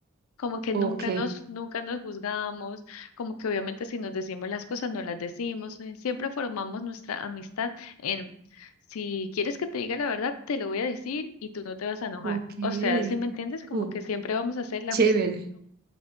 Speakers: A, on the left; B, on the right.
A: como que
B: ok,
A: nunca nos, nunca nos juzgamos, como que obviamente si nos decimos las cosas no las decimos, eh, siempre formamos nuestra amistad en si quieres que te diga la verdad, te lo voy a decir y tú no te vas a enojar.
B: ok.
A: O sea, si me entiendes, como
B: Uh,
A: que siempre vamos a hacer la
B: chévere.
A: justicia